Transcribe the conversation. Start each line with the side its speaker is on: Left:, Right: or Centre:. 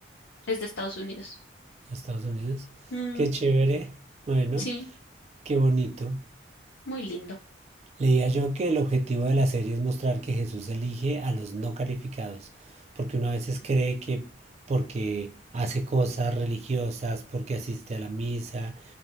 Left: Es de Estados Unidos.
Right: Estados Unidos.
Left: Mm,
Right: Qué chévere. Bueno,
Left: sí,
Right: qué bonito.
Left: muy lindo.
Right: Leía yo que el objetivo de la serie es mostrar que Jesús elige a los no calificados, porque uno a veces cree que porque hace cosas religiosas, porque asiste a la misa,